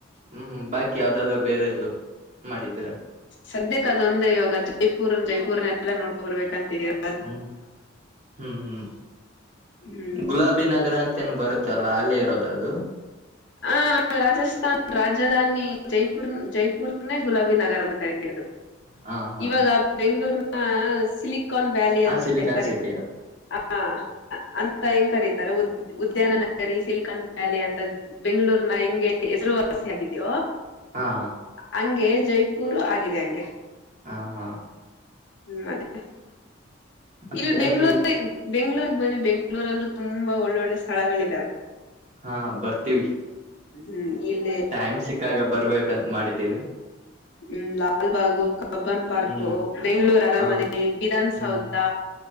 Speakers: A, on the right; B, on the left.
A: ಹ್ಮ್ ಬಾಕಿ ಯಾವ್ದಾದು ಬೇರೆದು. ಮಾಡಿದ್ರ
B: ಸದ್ಯಕ್ಕ ಅದೊಂದೇ ಇವಾಗ ಜೈಪುರ್ ಜೈಪುರ್ನ ಎಲ್ಲ ನೋಡ್ಕೊ ಬರ್ಬೇಕಂತಿದಿವಿ.
A: ಹ್ಮ್ ಹ್ಮ್ ಹ್ಮ್
B: ಹ್ಮ್
A: ಗುಲಾಬಿ ನಗರ ಅಂತ್ ತ್ತೇನೋ ಬರುತ್ತಲ್ಲ ಅಲ್ಲೇ ಇರೋದ ಅದು.
B: ಆ ರಾಜಸ್ಥಾನ ರಾಜಧಾನಿ ಜೈಪುರ್ ಜೈಪುರ್ನೇ ಗುಲಾಬೀ ನಗರ ಅಂತ ಕರಿ ಅದು
A: ಹಾ ಹಾ
B: ಇವಾಗ ಬೆಂಗ್ಳೂರ್ನ ಸಿಲಿಕ್ ಕಾನ್ ವ್ಯಾಲಿ
A: ಹ
B: ಅಂತ
A: ಸಿಲಿಕಾನ್
B: ಹೆಂಗ್ ಕರೀತ
A: ಸಿಟಿ
B: ಹಾ ಅಂ ತ ಹೆಂಗ್ ಕರೀತಾರೋ ಉದ್ಯಾನ ನಗರಿ ಸಿಲಿಕಾನ್ ವ್ಯಾಲಿ ಅಂತ ಬೆಂಗ್ಳೂರ್ನ ಹೆಂಗೆ ಹೆಸರುವಾಸಿ ಆಗಿದ್ಯೋ
A: ಹಾ.
B: ಹಂಗೆ ಜೈಪುರು ಆಗಿದೆ ಹಂಗೆ.
A: ಹಾ ಹಾ
B: ಹ್ಮ್ ಮತ್ತೆ
A: ಮತ್ತೆ
B: ಇಲ್ಲಿ
A: ಅಲ್ಲಿ
B: ಬೆಂಗ್ಳೂರ್ ಬನ್ನಿ ಬೆಂಗಳೂರಲ್ಲೂ ತುಂಬಾ ಒಳ್ಳೊಳ್ಳೆ ಸ್ಥಳಗಳಿದಾವೆ.
A: ಹಾ ಬರ್ತೀವಿ.
B: ಹ್ಮ್ ಇಲ್ಲೇ
A: ಟೈಮ್ ಸಿಕ್ಕಾಗ ಬರ್ಬೇಕಂತ್ ಮಾಡಿದಿವಿ.
B: ಹ್ಮ್ ಲಾಲ್ಬಾಗು ಕಬ್ಬನ್ ಪಾರ್ಕ್
A: ಹ್ಮ್
B: ಬೆಂಗಳೂರು ಅರಮನೆ
A: ಹ
B: ವಿಧನ್ಸೌಧ
A: ಹ್ಮ್